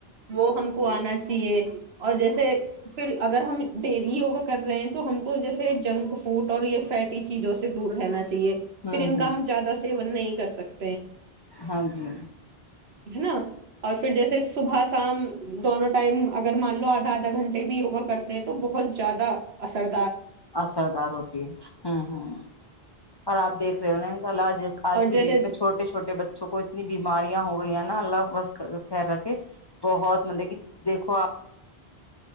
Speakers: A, on the right (about 80°); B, on the left (about 40°).
A: وہ ہم کو آنا چاہیے اور جیسے پھر اگر ہم ڈیلی یوگا کر رہے ہیں تو ہم کو جیسے جنک فوڈ اور یہ فیٹی چیزوں سے دور رہنا چاہیے
B: ہ ہ
A: پھر ان
B: ہ
A: کا ہم زیادہ سے نہیں کر سکتا
B: ہاں جی
A: ہے نا اور پھر جیسے صبح شام دونوں ٹائم اگر مان لو آدھا آدھا گھنٹے بھی وگا کرتے تو بہت زیادہ اثر
B: اثردار ہوتی ہے ہ ہ اور آپ دیکھ رہے ہو نا انء اللہ آج
A: اور
B: کی
A: جیسے
B: ڈیٹ میں چھوٹے چھوٹے بچوں کو اتنی بی بیماریاں ہو گئییا نا اللہ بس خیر رکھے بہت مطلب کہ دیکھو آپ